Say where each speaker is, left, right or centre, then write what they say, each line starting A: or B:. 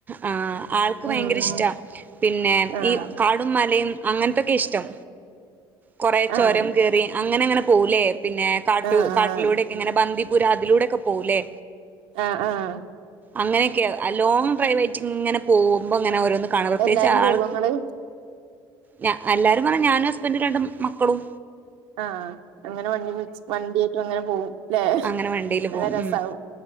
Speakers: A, on the right; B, on the right.
A: ആ ആൾക്ക്
B: ഉം
A: ഭയങ്കര ഇഷ്ടാ പിന്നെ
B: ആഹ്
A: ഈ കാടും മലയും. അങ്ങനത്തൊക്കെ ഇഷ്ടം കൊറേ
B: ആഹ്
A: ചൊരം കേറി അങ്ങനെ, അങ്ങനെ പോവുലേ. പിന്നെ കാട്ടു
B: ആഹ്
A: കാട്ടിലൂടെക്കെ ഇങ്ങനെ ബന്ദിപുര അതിലൂടെക്കെ പോവുലേ.
B: ആഹ് ആഹ്
A: അങ്ങനെയൊക്കെ ലോങ് ഡ്രൈവായിട്ടിങ്ങനെ പോകുമ്പോങ്ങനെ ഓരോന്ന് ക്കാണ് പ്രത്യേകിച്ച്
B: എല്ലാരും
A: ആൾ
B: പോകോ ഇങ്ങള്
A: ഞ എല്ലാരും പറയും ഞാനും ഹസ്ബന്റും രണ്ട് മക്കളും.
B: ആഹ് അങ്ങനെ വണ്ടിവിളിച്ച് വണ്ടിയായിട്ടും അങ്ങനെ പോവുംല്ലെ.
A: അങ്ങനെ വണ്ടിയില്
B: നല്ല
A: പോകും
B: രസാവും
A: ഉം